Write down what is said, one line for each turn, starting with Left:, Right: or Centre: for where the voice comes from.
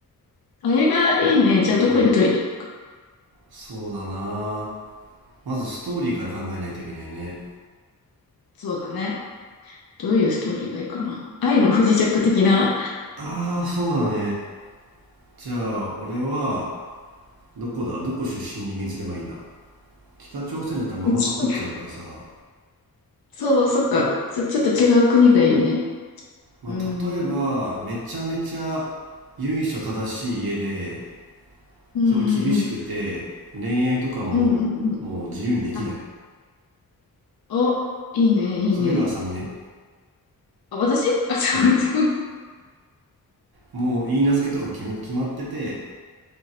Left: あ、映画いいね。じゃあどこに撮りに行こうか。
Right: う。うん。そうだなまずストーリーから考えないといけないね。
Left: そうだね。どういうストーリーがいいかな。愛の不時着的な。
Right: ああ、そうだね。じゃあ、俺は、どこだどこ出身の人間にすればいいんだ北朝鮮だったらまんまパクっちゃうからさ、
Left: <laughs> そう、そっか。ちょ、ちょっと違う国がいいよね。
Right: まあ、
Left: うん。
Right: 例えばめちゃめちゃ由緒正しい家で
Left: うんうんうん。
Right: すごい厳しくて恋愛とかももう自由にできない
Left: うんうんうん。あ、お、いいね、いいね。
Right: それが浅見ね
Left: あ、私 <laughs> あ、そうそう。
Right: そうもういい名付けとか決め、決まってて